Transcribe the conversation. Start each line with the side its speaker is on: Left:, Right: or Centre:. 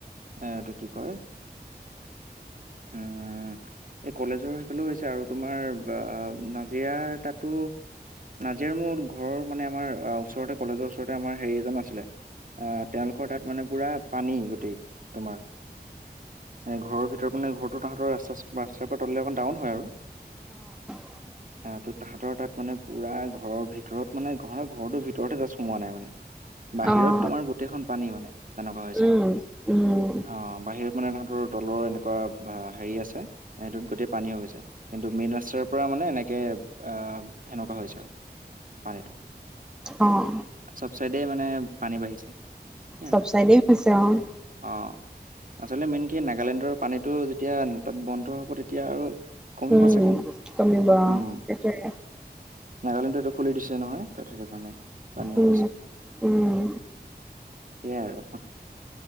Right: এ এটো কি কয়। উম এই কলেজৰ সেইফালে হৈছে আৰু তোমাৰ। জীয়াৰ তাতো। নাজিৰাৰ মোৰ ঘৰৰ মানে আমাৰ ওচৰতে কলেজৰ ওচৰতে আমাৰ হেৰি এজন আছিলে। আহ তেওঁলোকৰ তাত মানে পুৰা পানী গোটেই তোমাৰ। এই ঘৰৰ ভিতৰত মানে ঘৰটো তাহাঁতৰ ৰাস্তা ৰাস্তাৰ পৰা তললে অকণ ডাউন হয় আৰু।
Centre: <inaudible>
Right: হ ত' তাহাঁতৰ তাত মানে পুৰা ঘৰৰ ভিতৰত মানে ঘৰৰ ঘৰটোৰ ভিতৰতহে গছ সোমোৱা নাই মানে। বাহিৰত
Centre: অ',
Right: তোমাৰ গোটেইখন পানী মানে তেনেকুৱা হৈছে
Centre: উম, উম,
Right: অ বাহিৰত। মানে তাহতৰ তলৰ এনেকুৱা হেৰি আছে সেইটোত গোটেই পানীও গৈছে কিন্তু মেইন ৰাস্তাৰ পৰা মানে এনেকে আহ সেনেকুৱা হৈছে আৰু। পানীটো
Centre: অ',
Right: চবচাইডে মানে। পানী বাঢ়িছে সেই।
Centre: চব চাইডে হৈছে অ',
Right: অঁ আচলতে মেইন কি নাগালেণ্ডৰ পানীটো যেতিয়া তাত বন্ধ হ'ব তেতিয়া আৰু। কমিব
Centre: উম,
Right: চাগ
Centre: কমিব অ',
Right: উম।
Centre: সেইটোৱে
Right: নাগালেণ্ডটো খুলি দিছে নহয় তাত সেইটোকাৰণে পানী হৈ
Centre: উম,
Right: গৈছে।
Centre: উম,
Right: সেয়াই আৰু।